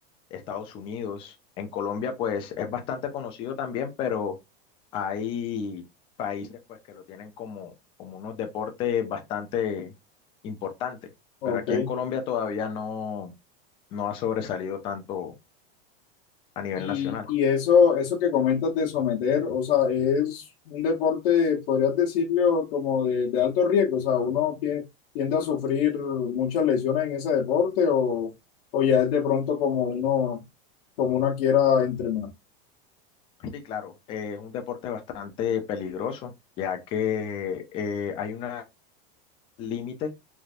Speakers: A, on the left; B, on the left.
A: Estados Unidos. En Colombia, pues es bastante conocido también, pero hay países pues que lo tienen como, como unos deportes bastante importantes.
B: Ok.
A: Pero aquí en Colombia todavía no, no ha sobresalido tanto a nivel
B: Y,
A: nacional.
B: y eso, eso que comentas de someter, o sea, es un deporte, podrías decirlo, como de, de alto riesgo. O sea, uno tie- tiende a sufrir muchas lesiones en ese deporte o, o ya es de pronto como uno, como uno quiera entrenar.
A: Sí, claro, eh, es un deporte bastante peligroso, ya que eh, hay un límite